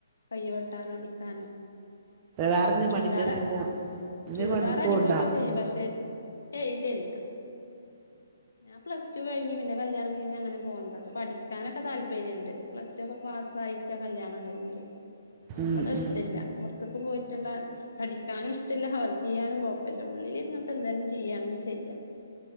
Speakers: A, on the left (about 70°); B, on the right (about 25°).
A: കൈ വെട്ടാനും അടിക്കാനും
B: വേറെന്തേലും
A: ചുരിദാറ
B: പണിക്ക് എന്തേലും പോ എന്തേലും
A: ചുരിദാർ
B: പണിക്ക്
A: അടിക്കൊക്കെ
B: പോവ്ണ്ടോ
A: ചെയ്യും പക്ഷെ. ഏ ഇല്ലല്ല ഞാൻ പ്ലസ് ടു പ്ലസ്ടു കഴിഞ്ഞു പിന്നെ കല്യണം കയിഞ്ഞു അങ്ങനെ പോന്നതാ പഠിക്കാനൊക്കെ താല്പര്യ ഉണ്ട് പ്ലസ്ടു ഒകെ പാസ്സായിട്ടാ കല്യാണം കഴിഞ്ഞത്
B: ഉം
A: ഇബടെ ഇഷ്ടല്ല.
B: ഉം
A: പുറത്തൊക്കെ പോയിട്ടുള്ള പഠിക്കാനും ഇഷ്ടമില്ല വർക്ക് ചെയ്യാനും കുഴപ്പമില്ല ഉള്ളിലിരുന്നിട്ട് എന്തെങ്കിലും ചെയ്യുകയാണെങ്കിൽ. ചെയ്യ